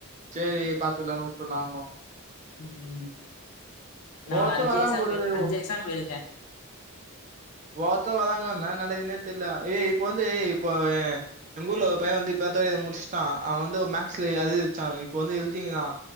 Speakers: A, on the right; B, on the left.
A: செரி பாத்துக்லானு வுட்டு நாங்களு
B: ம் நா
A: ஒவ்வொருத்தர்
B: அஞ்சு
A: வராங்க
B: எக்ஸாம்
A: போலது
B: போய் அஞ்சு எக்ஸாம் போயிருக்கே
A: ஒவ்ஒருத்தங்க வராங்க நா நடக்குனே தெரியல ஏய் இப்ப வந்து இப்போ எங்க ஊர்ல ஒரு பைய வந்து இப்பதா தார்ட் இயர் முடிச்சுட்டா அவ வந்து ஒரு மேக்ஸ்ல அரியர் வச்சா இப்ப வந்து எழுதிக்கிறா